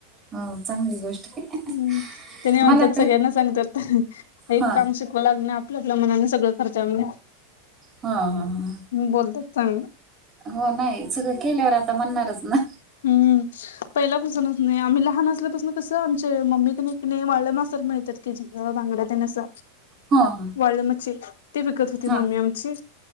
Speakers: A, on the right; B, on the left.
A: हो चांगली गोष्ट आहे
B: हम्म, त्यानी म्हणतात
A: मला तर
B: सगळ्यांना सांगतात एक
A: हा
B: काम शिकवावं लागलं नाय, आपल्या आपल्या मनाने सगळं करत्या म्हणून.
A: हा हा हा.
B: बोलतात चांगलं.
A: हो नाही सगळं केल्यावर आता म्हणणारच ना.
B: हम्म पहिल्यापासूनच नाही आम्ही लहान असल्यापासून कसं आमचे मम्मी तेकनाही वाळ मासर मिळत्यात. त्याच्यात जेनी बांगडा तेन असं
A: हो हो
B: वाळ्ळी मच्छी ते विकत होती
A: हा
B: मम्मी आमची